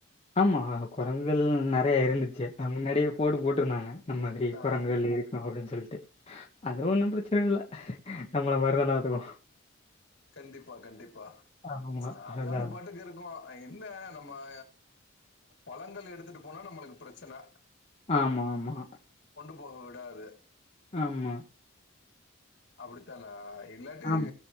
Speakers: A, on the left; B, on the left.
A: ஆமா குரங்குகள் நெறைய இருந்துச்சு அது முன்னாடியே போடு போட்டிருந்தாங்க அமைதி
B: ஆ,
A: குரங்குகள் இருக்கு அப்டின்னு சொல்ட்டு அதுவொன்னும் பிரச்சனை இல்ல நம்மள மாரி தான அதுவும்.
B: கண்டிப்பா கண்டிப்பா
A: ஆமா.
B: அத
A: அதான்.
B: அது பாட்டுக்கு இருக்கு என்ன நம்ம பழங்கள் எடுத்துட்டு போனா நம்மளுக்கு பிரச்சனை
A: ஆமா ஆமா
B: போக விடாது
A: ஆமா
B: அப்படித்தானே இல்லாட்டி
A: ஆம்